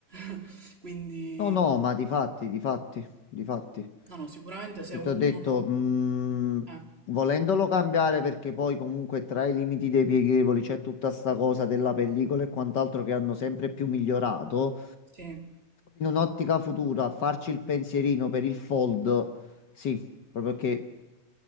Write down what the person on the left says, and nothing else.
No, no, ma di fatti, di fatti, di fatti.
E
ti ho detto, mh,
volendolo cambiare perché poi comunque tra i limiti dei pieghevoli c'è tutta sta cosa della pellicola e quant'altro che hanno sempre più migliorato.
In un'ottica futura, farci il pensierino per il fold, sì, proprio che